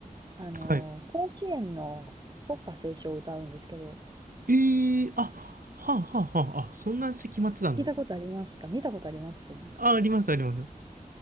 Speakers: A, on the right (about 30°); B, on the right (about 70°).
A: あの、
B: はい。
A: 甲子園の国歌斉唱を歌うんですけど、
B: ええーあ、はあはあはあ、あ、そんなして決まってたんだ。
A: 聞いたことありますか見たことありますなんか。
B: あ、あります、あります。